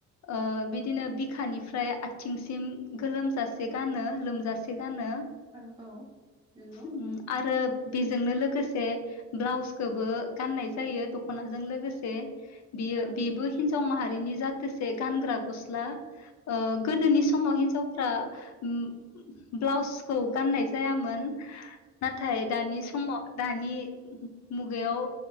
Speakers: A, on the left; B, on the right.
A: ओ बिदिनो बिखानिफ्राय आथिंसिम गोलोमजासे गानो लोमजासे गानो।
B: औ औ नंगौ।
A: उम आरो बेजोंनो लोगोसे ब्लाउसखौबो गाननाय जायो दखनाजों लोगोसे बियो
B: औ
A: बेबो हिनजाव माहा रिनि जाथोसे गानग्रा गस्ला ओ गोदोनि समाव हिनजावफ्रा अम ब्लाउस खौ गाननाय जायामोन नाथाय दानि समाव दानि मुगायाव